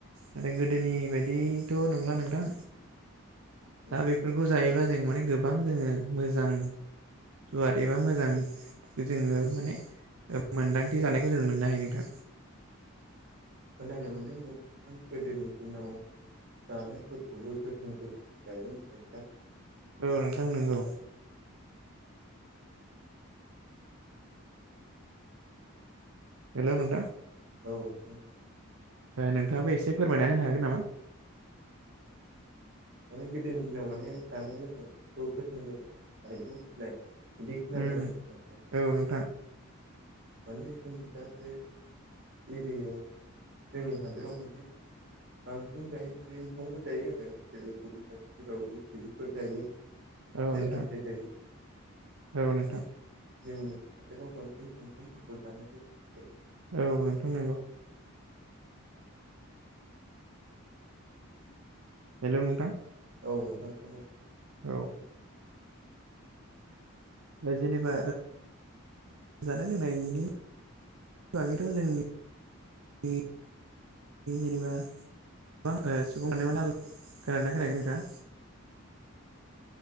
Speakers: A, on the right; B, on the right.
A: नाथाय गोदोनि बायदि थ नंला नोंथां दा
B: औ
A: बेफोरखौ जायोब्ला जों माने गोबां जोङो मोजां सुवाद एबा मोजां जोङो माने मोन्दांथि जानायखौ जों मोननो हायो नोंथां।
B: <inaudible> खोनानो मोनदों नों गोदोनि दिनाव जानायफोरखौबो गोथां गोब्राम जायोमोन दां।
A: औ नोंथां नंगौ। हेल' नोंथां।
B: औ औ।
A: नोंथाङाबो एसे फोरमायना होनो हागोन नामा?
B: माने गोदोनि दिनाव माने जानाय लोंनायफोरखौ गोथां गोब्राम जायोमोन होननाय। बिदि खोनादों
A: उम
B: आरोखि
A: औ नोंथां
B: माने जों न दा जे एरियायाव जोंनि हादोराव मोनसे बांसिन जायो माने ओंखामबो जायो आरो। गुबुन जाथिफोरावबो फलिकफोर जायो फिथाइ
A: औ नोंथां
B: सामथाय जायो।
A: औ नोंथां।
B: जोंनि हादोराव बांसिन ओंखामफोरखौ जानायजों
A: औ नोंथां नंगौ। हेलौ नोंथां।
B: औ नोंथां खोनादों।
A: औ। जेनेबा जानाय लोंनायनि बागैथ' जोंनि जेनेबा मा होनो खोनादोंना खोनायाखै नोंथाङा